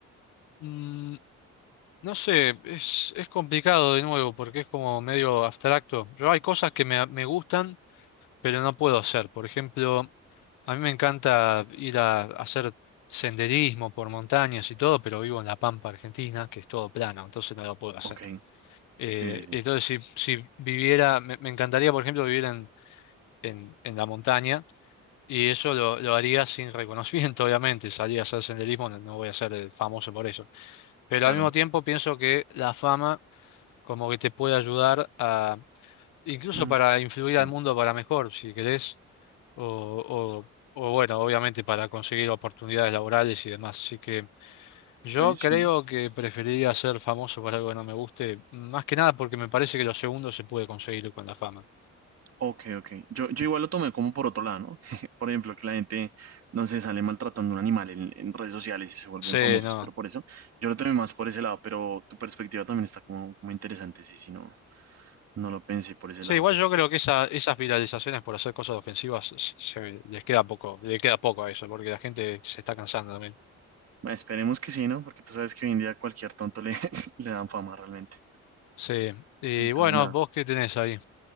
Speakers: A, on the left (about 80°); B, on the right (about 55°).
A: Mm, no sé, es, es complicado de nuevo porque es como medio abstracto. Yo hay cosas que me, me gustan, pero no puedo hacer. Por ejemplo, a mí me encanta ir a, hacer senderismo por montañas y todo, pero vivo en La Pampa, Argentina, que es todo plano, entonces no lo puedo hacer.
B: Ok,
A: Eh,
B: sí, sí, sí,
A: entonces, si, si viviera, me, me encantaría, por ejemplo, vivir en, en, en la montaña y eso lo, lo haría sin reconocimiento, <laughs> obviamente. Salir a hacer senderismo, no no voy a ser eh, famoso por eso. Pero
B: claro.
A: al mismo tiempo pienso que la fama como que te puede ayudar a, incluso
B: Mm,
A: para influir
B: sí,
A: al
B: ok,
A: mundo para mejor, si querés, o, o, o bueno, obviamente para conseguir oportunidades laborales y demás. Así que yo creo
B: sí.
A: que preferiría ser famoso por algo que no me guste, más que nada porque me parece que lo segundo se puede conseguir con la fama.
B: Ok, ok. Yo, yo igual lo tomé como por otro lado, ¿no? <laughs> Por ejemplo, que la gente, no sé, sale maltratando a un animal en, en redes sociales y se vuelven
A: Sí,
B: famosos,
A: no.
B: pero por eso yo lo tomé más por ese lado, pero tu perspectiva también está como, como interesante, sí, sí, no, no lo pensé por ese
A: Sí,
B: lado.
A: igual yo creo que esa, esas viralizaciones por hacer cosas ofensivas se, se- les queda poco, le queda poco a eso, porque la gente se está cansando también
B: Bueno, esperemos que sí, ¿no? Porque tú sabes que hoy en día cualquier tonto le, <laughs> le dan fama realmente.
A: Sí, y
B: Entonces,
A: bueno,
B: nada.
A: ¿vos qué tenés ahí?